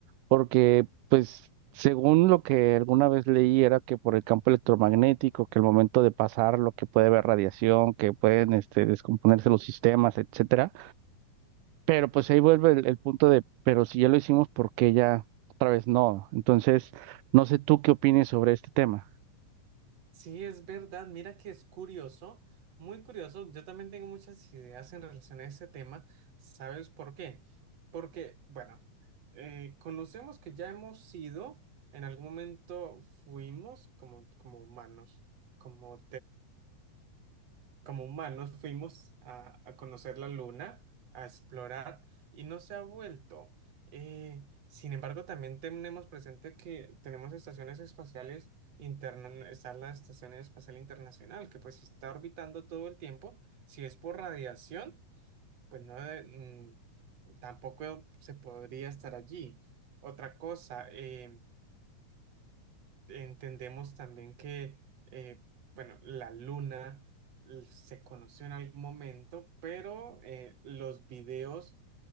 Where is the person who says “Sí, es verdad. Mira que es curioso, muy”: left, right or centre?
Right